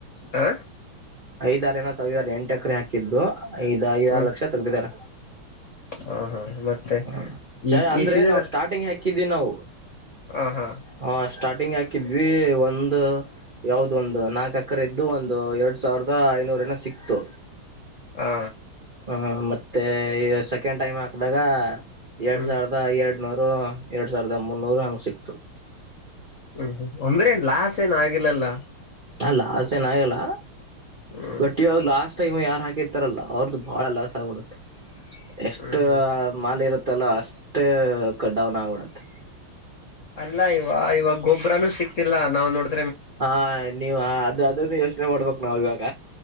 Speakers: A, on the left; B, on the right.
A: ಹ
B: ಐದರ ಏನ ತಗಾರೆ ಎಂಟು ಎಕರೆ ಹಾಕಿದ್ದು ಐದ್ ಐದಾರು
A: ಹ್ಮ್
B: ಲಕ್ಷ ತಗ್ದಿದಾರ
A: ಹ ಹಾ ಮತ್ತೆ
B: ಹ ಚ
A: ಈ
B: ಅಂದ್ರೆ
A: ಈ ಸೀಸನ್
B: ನಾವು ಸ್ಟಾರ್ಟಿಂಗ್ ಹಾಕಿದೀವಿ ನಾವು
A: ಹ ಹಾ
B: ಹ ಸ್ಟಾರ್ಟಿಂಗ್ ಹಾಕಿದ್ವಿ ಒಂದು ಯಾವ್ದ ಒಂದು ನಾಲ್ಕ ಅಕರ ಇದದ್ದು ಒಂದು ಎರಡ್ ಸಾವಿರದ ಐನೂರನ ಸಿಕ್ತು
A: ಹ
B: ಹ ಮತ್ತೆ ಸೆಕೆಂಡ್ ಟೈಮ್ ಹಾಕದಾಗ ಎರಡ್
A: ಹ್ಮ್
B: ಸಾವಿರದ ಎರಡು ನೂರು ಎರಡ್ ಸಾವಿರದ ಒಂಬತ್ನೂರು ಹಂಗೆ ಸಿಕ್ತು
A: ಹ್ಮ್ ಹ್ಮ ಒಂದ್ರ ಏನ್ ಲಾಸ್ ಏನ್ ಆಗಿಲ್ಲಲ್ಲ
B: ಲಾಸ್ ಏನಗಲ್ಲ
A: ಹ್ಮ್
B: ಬಟ್ ಇವಾಗ ಲಾಸ್ಟ್ ೈಮ್ ಯಾರು ಹಾಕಿರ್ತಾರಲ್ಲ ಅವ್ರದ್ದು ಬಹಳ ಲಾಸ್ ಆಗಬಿಡುತ್ತೆ ಎಷ್ಟ
A: ಹ್ಮ್ ಹ್ಮ್
B: ಮಾಲಿ ಇರುತ್ತೆ ತಲ್ಲ ಅಷ್ಟ ಕಡಾೌನ್ ಆವಡುತ್ತ
A: ಅಲ್ಲ ಇವ ಇವಾಗ ಗೊಬ್ಬ್ರನುೂ ಸಿಕ್ತಿಲ್ಲಾ ನಾವ್ ನೋಡ್
B: ಹಾ ನೀವು ಅದು ಅದನ್ನು ಯೋಚನೆ ಮಾಡ್ಬೇಕಕ್ ನಾವ ಇವಾಗ